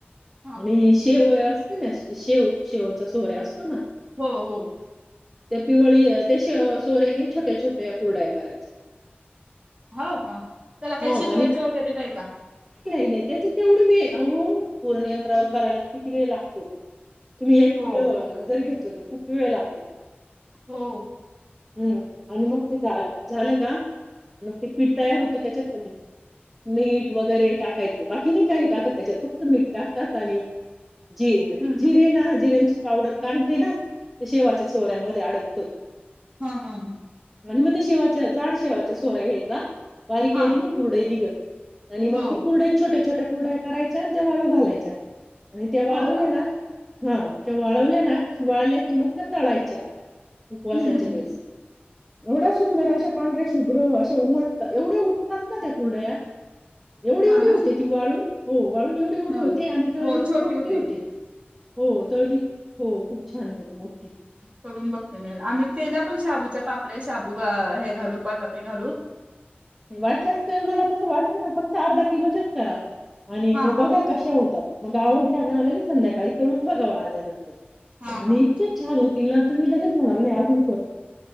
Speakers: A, on the right; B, in the centre.
A: हा
B: आणि शेवया असते ना शेव शेवचा सोऱ्या असतोय ना
A: हो हो
B: ते पिवळी शे सोड्याने छोट्या छोट्या कुरडया करायच्या
A: हो का त्याला काय
B: ह
A: शिजवायचं
B: आणि
A: वगैरे नाही का?
B: <unintelligible> तुम्ही एक
A: हो,
B: किलो जर घे खूप वेळ लागतो
A: हो.
B: हूं आणि मग ते काय झाल का मग ते पिठ तयार होत त्याच्यात मीठ वगैरे टाकायच बाकी नाई काय टाकत त्याच्यात फक्त मीठ टाकतात आणि जिर
A: हं.
B: जिरे ना जिरे ती पावडर काढून ते ना ते शेवयाच्या सोऱ्यामध्ये आडक <inaudible>
A: हां हां हां
B: आणि मात्र शेवयाचा जाड शेवयाचा सोरा घ्यायचा. बारीक
A: हां.
B: एवढी नाई कुरडई निघत त्यानी मग
A: हो.
B: ती कुरडयी छोटया छोटया कुरडया करायच्या आणि त्या वाळू घालायच्या आणि त्या वाळू
A: हो का?
B: हाय ना हो त्या वाळवल्या ना की वाळलया की मग त्या तळायच्या उपवासाच्या
A: हं, हं.
B: वेळेस ऐवढया सुंदर अशा पांढऱ्या शुभ्र अशा उलता एवढ्या उठतात ना त्या कुरडया एवढ
A: हां
B: एवढ
A: ना?
B: होते ती वाळुन <inaudible> एवढी एवढी
A: हो.
B: होते आणि तळकी
A: हो, छोटी
B: मोठ्ठी
A: होती.
B: होते. हो तळली हो खूप छान होते मोठी
A: करून बघते मी आज आम्ही केलयापण शाबूच्या पापड्या शाबू अ हे घालू बटाटे घालून
B: हे वाटलंच त मला तसं वाटलं ना फक्त अर्धा किलोचेच करा आणि
A: हां,
B: म
A: हां.
B: बघा कशा होतात. मग आवडल्या ना लगेच संध्याकाळी तळून बघावं आल्या नंतर
A: हां,
B: आणि
A: हां.
B: इतके छान होत तिला तुम्ही लगेच म्हणाल नाय अजून करतो